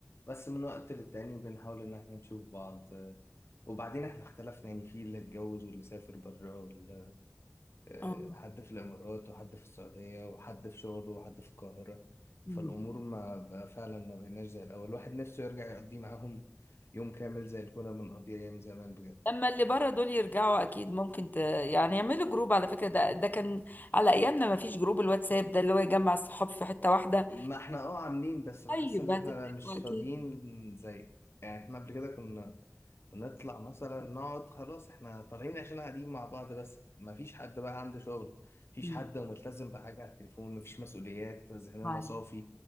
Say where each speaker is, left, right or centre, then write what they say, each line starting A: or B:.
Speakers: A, on the left; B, on the left.
A: بس من وقت للتاني بنحاول إن احنا نشوف بعض إيه، وبعدين احنا اختلفنا يعني في اللي اتجوز واللي سافر بره واللي إيه،
B: اه
A: حد في الإمارات وحد في السعودية وحد في شغله وحد في القاهرة
B: مم.
A: فالأمور ما بقى فعلا ما بقيناش زي الأول الواحد نفسه يرجع يقضي معاهم يوم كامل زي اللي كنا بنقضيه أيام زمان بجد
B: لما اللي بره دول يرجعوا اكيد ممكن ت... يعني يعملوا جروب على فكره ده ده كان على ايامنا ما فيش جروب الواتساب ده اللي هو يجمع الصحاب في حته واحده
A: ما احنا اه عاملين بس بحس
B: طيب
A: ان
B: هتتفقوا
A: احنا مش فاضيين
B: اكيد
A: زي يعني احنا قبل كده كنا بنطلع مثلا نقعد خلاص احنا طالعين عشان قاعدين مع بعض بس ما فيش حد بقى عنده شغل مفيش
B: مم.
A: حد ملتزم بحاجة على التليفون مفيش مسؤوليات ذهننا
B: معي
A: صافي